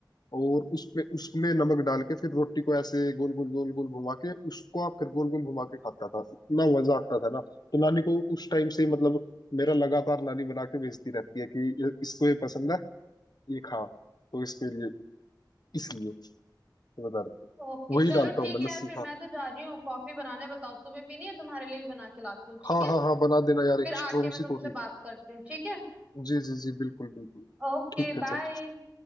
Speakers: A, on the left (about 60°); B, on the right (about 15°).
A: और उस पे उसमें नमक डाल के फिर रोटी को ऐसे गोल गोल गोल गोल घुमा के उसको आप फिर गोल गोल घुमा के खाता था इतना मजा आता था ना तो नानी को उस टाइम से ही मतलब मेरा लगातार नानी बना के भेजती रहती है कि ये- इसको ये पसंद है ये खा तो इसके लिए इसलिए ये बता रहा था
B: ओके
A: वही
B: चलो
A: डालता
B: ठीक
A: हूँ मैं
B: है यार
A: लस्सी
B: फिर
A: हाँ
B: मैं तो जा रही हूँ कॉफी बनाने बताओ तुम्हें पीनी है तुम्हारे लिए भी बना के लाती हूँ ठीक
A: हाँ
B: है
A: हाँ हाँ बना देना
B: फिर
A: यार एक
B: आके
A: स्ट्रोंग
B: मैं
A: सी
B: तुमसे
A: कॉफी
B: बात करती हूँ ठीक है
A: जी जी जी बिल्कुल बिल्कुल
B: Okay
A: ठीक है
B: bye
A: चल